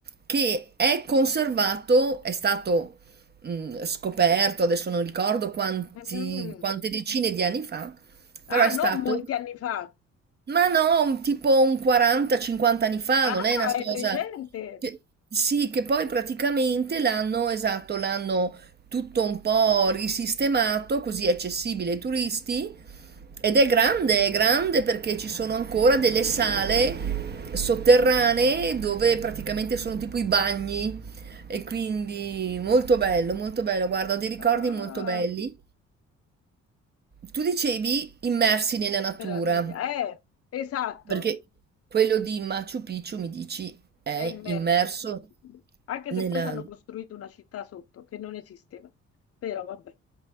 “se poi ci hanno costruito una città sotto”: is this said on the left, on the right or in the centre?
Left